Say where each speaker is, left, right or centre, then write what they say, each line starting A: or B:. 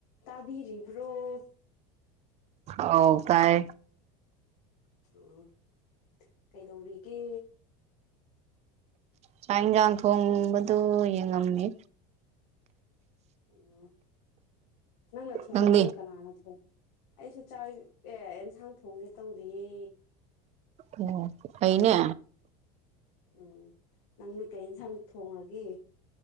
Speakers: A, on the left; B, on the right.
A: ꯇꯥꯕꯤꯔꯤꯕ꯭ꯔꯣ
B: ꯑꯧ ꯇꯥꯏ
A: ꯎꯝ ꯀꯩꯗꯧꯔꯤꯒꯦ
B: ꯆꯥꯛ ꯏꯟꯖꯥꯡ ꯊꯣꯡꯕꯗꯨ ꯌꯦꯡꯉꯝꯃꯤ
A: ꯑꯣ ꯅꯪꯅ ꯊꯣꯡꯕ꯭ꯔꫭ
B: ꯅꯪꯗꯤ
A: ꯀꯅꯥꯅ ꯊꯣꯡ ꯑꯩꯁꯨ ꯆꯥꯛ ꯑꯦ ꯑꯦꯟꯁꯥꯡ ꯊꯣꯡꯒꯦ ꯇꯧꯔꯤꯌꯦ
B: ꯑꯣ ꯐꯩꯅꯦ
A: ꯎꯝ ꯅꯪꯗꯤ ꯀꯩ ꯌꯦꯟꯁꯥꯡ ꯊꯣꯡꯔꯒꯦ